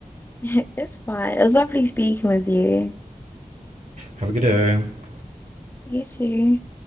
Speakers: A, on the left; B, on the right.
A: <laughs> It's fine. It was lovely speaking with you.
B: Have a good day.
A: Easy.